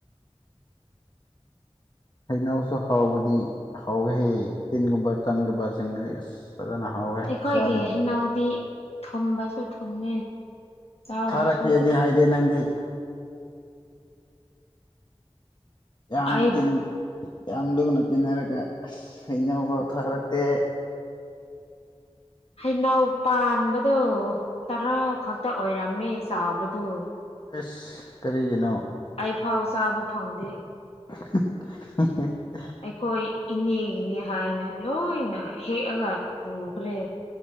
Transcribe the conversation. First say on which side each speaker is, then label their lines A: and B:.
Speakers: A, on the left; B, on the left.
A: ꯍꯩꯅꯎꯁꯨ ꯍꯥꯎꯕꯗꯤ ꯍꯥꯎꯍꯦ ꯇꯤꯟꯒꯨꯝꯕ ꯆꯪꯗꯕꯁꯤꯡꯗꯗꯤ ꯑꯁ ꯐꯖꯅ ꯍꯥꯎꯋꯦ
B: ꯑꯩꯈꯣꯏꯒꯤ
A: ꯆꯥꯕꯗ
B: ꯍꯩꯅꯧꯗꯤ ꯊꯨꯝꯕꯁꯨ ꯊꯨꯝꯃꯤ ꯆꯥꯎꯕꯁꯨ
A: ꯊꯥꯔꯛꯀꯦꯗꯤ ꯍꯥꯏꯗꯦ ꯅꯪꯗꯤ ꯌꯥꯝ
B: ꯑꯩ
A: ꯇꯤꯟ ꯌꯥꯝ ꯂꯨꯅ ꯇꯤꯟꯅꯔꯒ ꯑꯁ ꯑꯩꯅ ꯄꯥꯎꯊꯥꯔꯛꯇꯦ
B: ꯍꯩꯅꯧ ꯄꯥꯟꯕꯗꯣ ꯇꯔꯥ ꯈꯛꯇ ꯑꯣꯏꯔꯝꯃꯦ ꯆꯥꯎꯕꯗꯨꯣ
A: ꯑꯦꯁ ꯀꯔꯤꯒꯤꯅꯣ
B: ꯐꯥꯎ ꯆꯥꯕ ꯐꯪꯗꯦ
A: <unintelligible> <inaudible>
B: ꯑꯩꯈꯣꯏ ꯏꯅꯦꯒꯤꯅꯦ ꯍꯥꯏꯅ ꯂꯣꯏꯅ ꯍꯦꯛꯑꯒ ꯑꯣꯈꯔꯦ